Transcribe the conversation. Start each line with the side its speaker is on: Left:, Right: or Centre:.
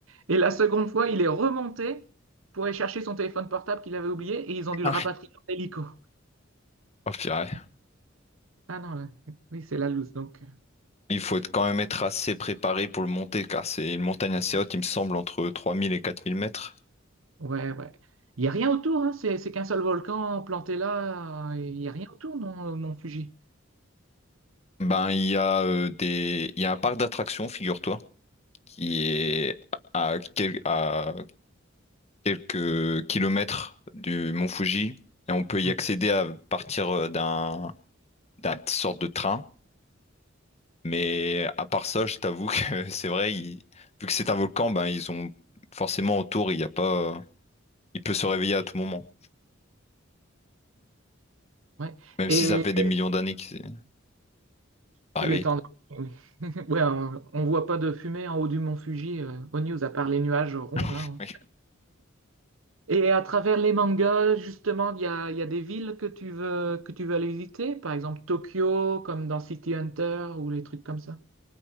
Right: Et la seconde fois, il est remonté pour aller chercher son téléphone portable qu'il avait oublié et ils ont dû
Left: Ah
Right: le rapatrier
Left: oui.
Right: en hélico.
Left: Oh purée.
Right: Ah non, là, oui, c'est la loose, donc. euh,
Left: Il faut être- quand même être assez préparé pour le monter, car c'est une montagne assez haute, il me semble, entre 3000 et 4000 mètres.
Right: Ouais, ouais. Il n'y a rien autour, hein, c'est c'est qu'un seul volcan planté là, euh, il n'y a rien autour, non, mon Fuji.
Left: Ben, il y a euh, des, il y a un parc d'attractions, figure-toi, qui est à, quel- à quelques kilomètres du Mont Fuji et on peut y
Right: Mm.
Left: accéder à partir euh, d'un d'un sorte de train. Mais à part ça, je t'avoue que <laughs> c'est vrai, il- vu que c'est un volcan, ben ils ont forcément autour, il y a pas, euh, il peut se réveiller à tout moment,
Right: Ouais.
Left: même
Right: Et
Left: si ça fait des millions d'années qu'il s'est pas
Right: qu'il
Left: réveillé.
Right: est en... oui. <laughs> Ouais, on ne voit pas de fumée en haut du mont Fuji, euh, aux news, à part les nuages ronds,
Left: <laughs>
Right: là. hein.
Left: Oui,
Right: Et à travers les mangas, justement, il y a, il y a des villes que tu veux, que tu veux aller visiter, par exemple Tokyo, comme dans City Hunter, ou les trucs comme ça.